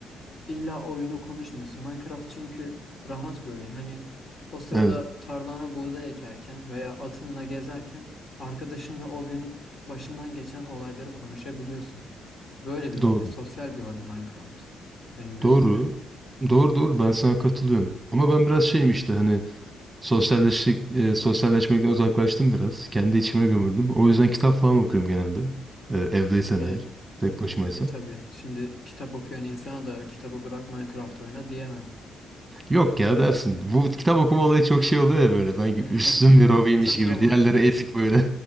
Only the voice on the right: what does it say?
Evet.
Doğru.
Doğru. Doğru doğru ben sana katılıyorum. Ama ben biraz şeyim işte hani sosyalleştik, e, sosyalleşmekten uzaklaştım biraz. Kendi içime gömüldüm. O yüzden kitap falan okuyorum genelde. E, evdeysem
eğer. Tek başımaysam.
Yok ya dersin. Bu kitap okuma olayı çok şey oluyor ya böyle. Sanki
üstün bir hobiymiş
gibi.
Diğerleri ezik böyle.